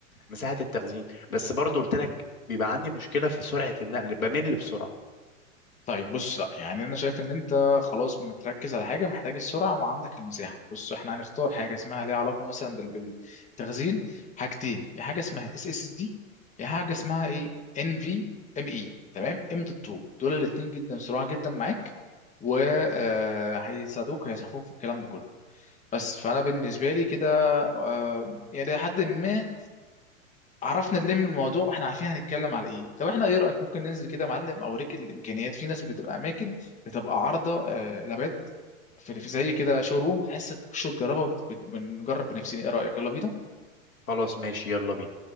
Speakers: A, on the left; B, on the left.
A: مساحه التخزين بس برضه قلت لك بيبقى عندي مشكله في سرعه النقل بمل بسرعه
B: طيب بص لا يعني انا شايف ان انت خلاص متركز على حاجه محتاج السرعه وعندك المساحه بص احنا هنختار حاجه اسمها ليها علاقه مثلا بال- بالتخزين حاجتين يا حاجه اسمها اس اس اس دي يا حاجه اسمها ايه ان في ام اي تمام ام دوت 2 دول الاثنين جدا سرعه جدا معاك وهيساعدوك هيسعفوك في الكلام ده كله بس فانا بالنسبه لي كده آه، يعني لحد ما عرفنا نلم الموضوع واحنا عارفين هنتكلم على ايه طب احنا ايه رايك ممكن ننزل كده يا معلم اوريك الامكانيات في ناس بتبقى اماكن بتبقى عارضه آه، لابات في في زي كده شو روم بحيث تخش تجربها وت- ونجرب بنفسنا ايه رايك يلا بينا
A: خلاص ماشي يلا بينا